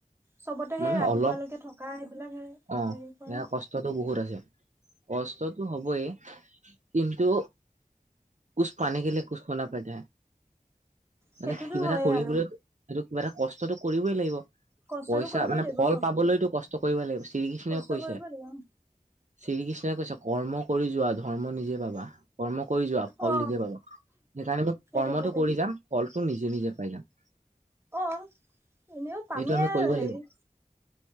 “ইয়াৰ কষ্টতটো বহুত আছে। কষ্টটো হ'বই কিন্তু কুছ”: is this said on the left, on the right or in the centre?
Right